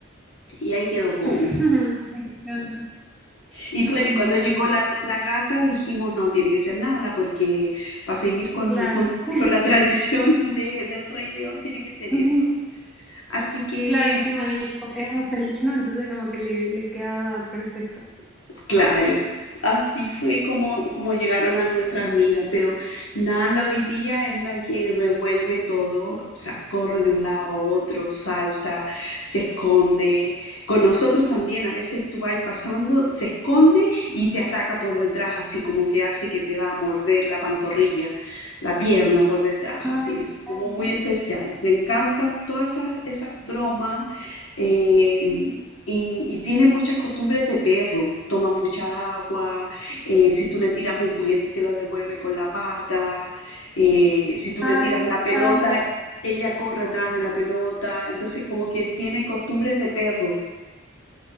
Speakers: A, on the left; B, in the centre.
A: Y ahí quedó Kobu.
B: <laughs> Me encanta.
A: Y bueno,
B: Ay,
A: y
B: me
A: cuando
B: encanta.
A: llegó la, la gata, dijimos, no, tiene que ser Nala, porque para seguir con,
B: Claro.
A: con-
B: <laughs>
A: con la <laughs> tradición de- del Rey León tiene que ser eso.
B: Ujú.
A: Así que
B: Claro, encima ella es un felino, entonces como que le, le quedaba perfecto.
A: Claro, así fue como, como llegaron a nuestras vidas, pero Nala hoy día es la que revuelve todo, o sea, corre de un lado a otro, salta, se esconde, con nosotros también a veces tú vas pasando, se esconde y te ataca por detrás, así como que hace que te va a morder la pantorrilla, la pierna por detrás,
B: Ay,
A: así,
B: me encanta.
A: es como muy especial. Le encantan todas esas, esas bromas. eh, y, y tiene muchas costumbres de perro, toma mucha agua, eh, si tú le tiras un juguete te lo devuelve con la pata, eh, si tú
B: Ay,
A: le tiras
B: me
A: la
B: encanta.
A: pelota, ella corre atrás de la pelota, entonces como que tiene costumbres de perro,